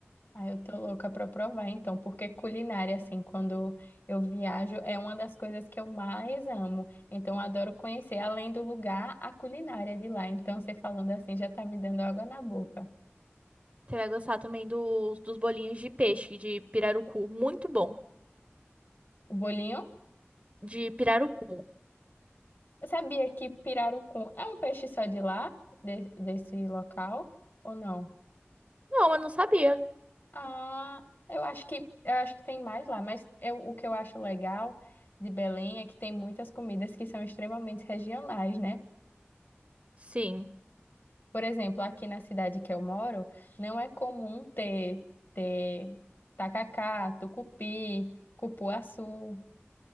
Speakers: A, on the left; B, on the right.
A: Ah, eu tô louca pra provar então, porque culinária assim, quando eu viajo é uma das coisas que eu mais amo. Então eu adoro conhecer além do lugar, a culinária de lá. Então você falando assim já tá me dando água na boca.
B: Você vai gostar também dos, dos bolinhos de peixe, de pirarucu. Muito bom.
A: O bolinho?
B: De pirarucu.
A: Eu sabia que pirarucu é um peixe só de lá, de- desse local, ou não?
B: Não, eu não sabia.
A: Ah, eu acho que eu acho que tem mais lá, mas eu- o que eu acho legal de Belém é que tem muitas comidas que são extremamente regionais, né?
B: Sim.
A: Por exemplo, aqui na cidade que eu moro, não é comum ter, ter tacacá, tucupi, cupuaçu.